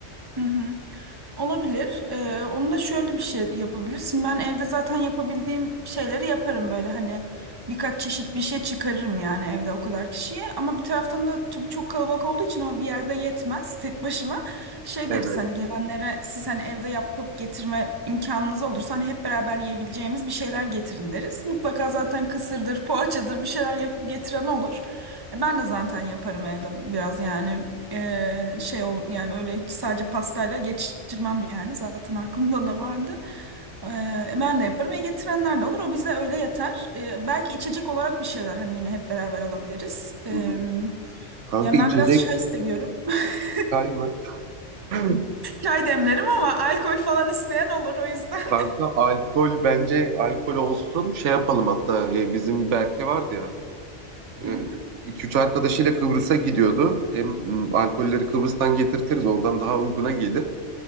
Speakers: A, on the right (about 20°); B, on the right (about 80°).
A: Hı hı. Olabilir. Ee, onu da şöyle bir şey yapabilirsin. Ben evde zaten yapabildiğim şeyleri yaparım böyle hani birkaç çeşit bir şey çıkarırım yani evde o kadar kişiye. Ama bir taraftan da tabii çok kalabalık olduğu için o bir yerde yetmez tek başıma. Şey
B: Evet.
A: deriz hani gelenlere siz hani evde yapıp getirme imkanınız olursa hani hep beraber yiyebileceğimiz bir şeyler getirin deriz. Mutlaka zaten kısırdır, poğaçadır bir şeyler yapıp getiren olur. E, Ben de zaten yaparım evde biraz yani e, şey ol yani öyle hiç sadece pastayla geçirmem yani zaten aklımda da vardı. E, e, ben de yaparım. E getirenler de olur. O bize öyle yeter. E, belki içecek olarak bir şeyler hani yine hep beraber alabiliriz. E,
B: Hı hı. Kanka
A: ya
B: içecek
A: ben biraz çay seviyorum. <laughs>
B: çay mı? <clears throat> <laughs>
A: Çay demlerim ama alkol falan isteyen olur o yüzden.
B: Kanka alkol bence alkol olsun. Şey yapalım hatta e, bizim Berke vardı ya.
A: <laughs> Hı
B: E,
A: hı.
B: iki üç arkadaşıyla Kıbrıs'a gidiyordu. Hem m, alkolleri Kıbrıs'tan getirtiriz oradan daha uyguna gelir.